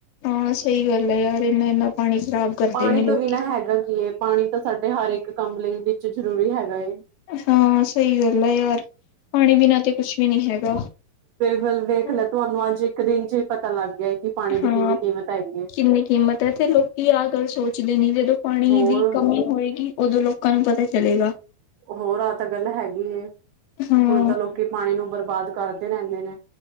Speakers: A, on the left; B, on the right.
A: ਹਾਂ ਸਹੀ ਗੱਲ ਹੈ ਯਾਰ ਇੰਨਾ-ਇੰਨਾ ਪਾਣੀ ਖ਼ਰਾਬ ਕਰਦੇ
B: ਪਾਣੀ
A: ਨੇ ਲੋਕੀ
B: ਤਾਂ ਬਿਨਾਂ ਹੈਗਾ ਕੀ ਏ ਪਾਣੀ ਤਾਂ ਸਾਡੇ ਹਰ ਇੱਕ ਕੰਮ ਲਈ ਵਿੱਚ ਜਰੂਰੀ ਹੈਗਾ ਏ
A: ਹਾਂ ਸਹੀ ਗੱਲ ਆ ਯਾਰ ਪਾਣੀ ਬਿਨਾਂ ਤੇ ਕੁਛ ਵੀ ਨਹੀਂ ਹੈਗਾ
B: ਬਲ ਵੇਖ
A: ਹੁਣ
B: ਲੈ ਤੁਹਾਨੂੰ ਅੱਜ ਇੱਕ ਦਿਨ ਚ ਹੀ ਪਤਾ ਲੱਗ ਗਿਆਏ ਕਿ ਪਾਣੀ ਦੀ
A: ਹਾਂ
B: ਕਿੰਨੀ ਕੀਮਤ ਹੈਗੀ ਏ
A: ਕਿੰਨੀ ਕੀਮਤ ਹੈ ਤੇ ਲੋਕੀ ਆਹ ਗੱਲ ਸੋਚਦੇ ਨੇ ਜਦੋਂ ਪਾਣੀ
B: ਹੋਰ
A: ਦੀ ਕਮੀ ਹੋਏਗੀ ਉਦੋਂ ਲੋਕਾਂ ਨੂੰ ਪਤਾ ਚਲੇਗਾ
B: ਹੋਰ ਆਹ ਤਾਂ ਗੱਲ ਹੈਗੀ
A: ਹਾਂ
B: ਹੁਣ ਤਾਂ ਲੋਕੀ ਪਾਣੀ ਨੂੰ ਬਰਬਾਦ ਕਰਦੇ ਰਹਿੰਦੇ ਨੇ